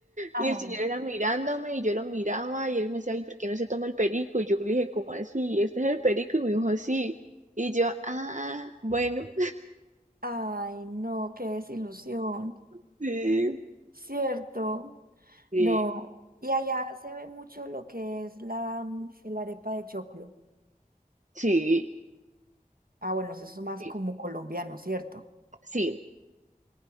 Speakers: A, on the right (about 75°); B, on the right (about 55°).
A: Ah,
B: Y el señor era mirándome y yo lo miraba y él me decía, ay, ¿por qué no se toma el perico? Y yo le dije, ¿cómo así? ¿Este es el perico? Y me dijo, sí. Y yo, ah, bueno,
A: ay, no, qué desilusión,
B: <laughs> sí,
A: ¿cierto?
B: sí,
A: No, y allá se ve mucho lo que es la, mm, el arepa de choclo.
B: sí,
A: Ah, bueno, eso es más
B: sí.
A: como colombiano, ¿cierto?
B: sí.